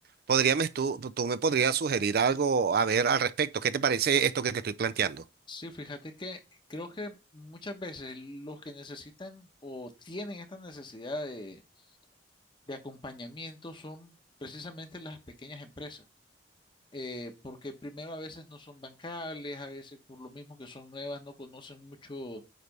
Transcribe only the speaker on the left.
sí, fíjate que creo que muchas veces los que necesitan o tienen esta necesidad de, de acompañamiento son precisamente las pequeñas empresas eh, porque primero a veces no son bancables, a veces por lo mismo que son nuevas, no conocen mucho